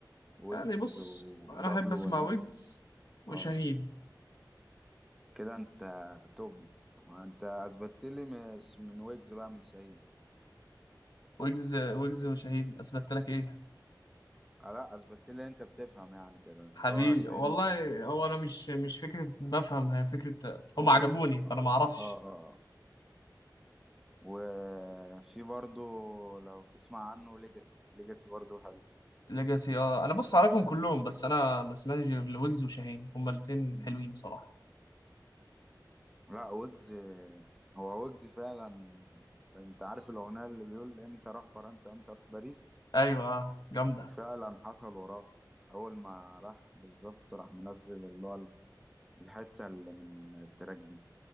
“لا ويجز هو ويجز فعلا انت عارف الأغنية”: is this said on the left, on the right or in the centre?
Centre